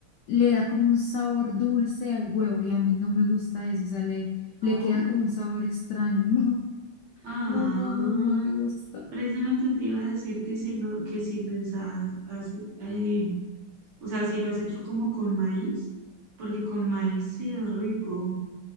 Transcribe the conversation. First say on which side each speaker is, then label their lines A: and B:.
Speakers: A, on the left; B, on the right.
A: le da como un sabor dulce al huevo y a mí no me gusta eso, o sea, le,
B: ¿no?
A: le queda como un sabor extraño. <laughs>
B: Ah,
A: No, no, no, no, no me gusta.
B: precisamente te iba a decir que si no, que si les has, has, eh, o sea, si lo has hecho como con maíz, porque con maíz sí es rico.